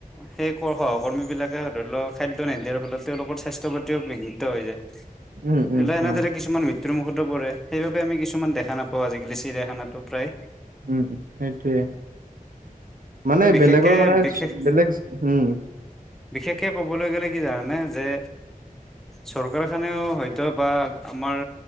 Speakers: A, in the centre; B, on the right.
A: সেই সহকৰ্মীবিলাকে ধৰি লওক খাদ্য নিদিয়াৰ ফলত তেওঁলোকৰ স্বাস্থ্য পাতিও বিঘ্নিত হৈ যায়।
B: উম উম
A: এইবিলাক এনেদৰে
B: হয়
A: কিছুমান মৃত্যুৰমুখতো পৰে। সেইবাবে আমি কিছুমান দেখা নাপাওঁ আজি-কালি চিৰিয়াখানাটো প্ৰায়।
B: উম সেইটোৱে মানে
A: এ বিশেষকে
B: বেলেগৰ মানে
A: বিশেষ
B: বেলেগ হুম
A: বিশেষকে ক'বলৈ গ'লে কি জানানে যে চৰকাৰখানেও হয়তো বা আমাৰ